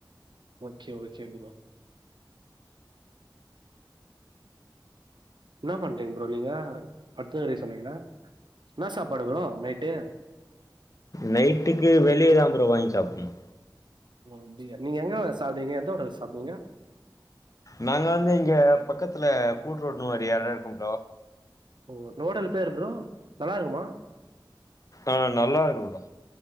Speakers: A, on the right; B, on the left.
A: ஓகே ஓகே ப்ரோ ன்னா பண்றீங்க ப்ரோ நீங்க பத்துகிறே சொன்னீங்ள ன்னா சாப்பாடு ப்ரோ நைட்டு
B: நைட்டுக்கு வெளியதா ப்ரோ வாங்கி சாப்புனு
A: ஓ அப்டியா நீங்க எங்க சாப்டுவீங்க எந்த ஓட்டல்ல சாப்டுவீங்க
B: நாங்க வந்து இங்க பக்கத்துல கூட்ரோடுன் ஒரு எடோ இருக்கு ப்ரோ
A: ஓ அந்ஓட்டல் பேர் ப்ரோ நல்லாருக்குமா
B: ஆ நல்லாருக்கு ப்ரோ